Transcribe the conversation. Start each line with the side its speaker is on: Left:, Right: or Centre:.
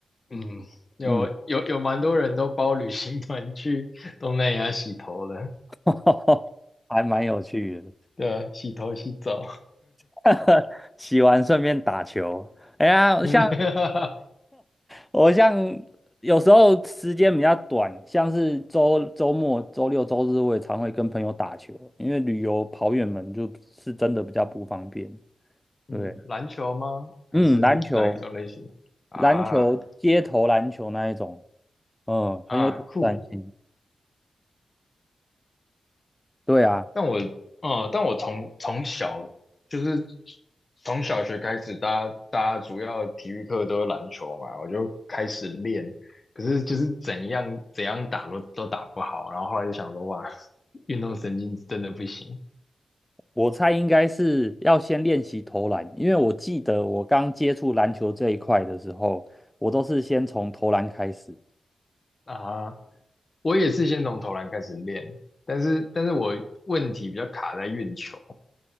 Left: 嗯，有有有蛮多人都包旅行团去东南亚洗头了，
Centre: 嗯，<laughs> 还蛮有趣的。
Left: 对啊，洗头洗澡，
Centre: <laughs> 洗完顺便打球。哎呀，
Left: <laughs> 对不对？
Centre: 像
Left: <laughs>
Centre: 我像有时候时间比较短，像是周周末、周六、周日，我也常会跟朋友打球，因为旅游跑远门就是真的比较不方便。
Left: 嗯，
Centre: 对，
Left: 篮球吗？还是哪一种类型？
Centre: 嗯，篮球、
Left: 啊
Centre: 篮球、街头篮球那一种，嗯，很有挑战性。
Left: 啊，酷，
Centre: 对啊。
Left: 但我，呃，但我从从小就是从小学开始，大家大家主要体育课都是篮球嘛，我就开始练。可是就是怎样怎样打都都打不好，然后后来就想说，哇，运动神经真的不行
Centre: 我猜应该是要先练习投篮，因为我记得我刚接触篮球这一块的时候，我都是先从投篮开始
Left: 啊！我也是先从投篮开始练，但是但是我问题比较卡在运球，